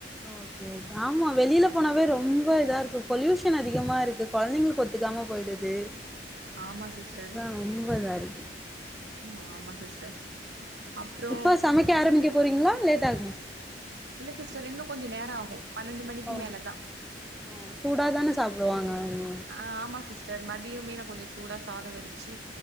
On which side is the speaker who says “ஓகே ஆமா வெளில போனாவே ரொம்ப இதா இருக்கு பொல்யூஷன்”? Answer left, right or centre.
Centre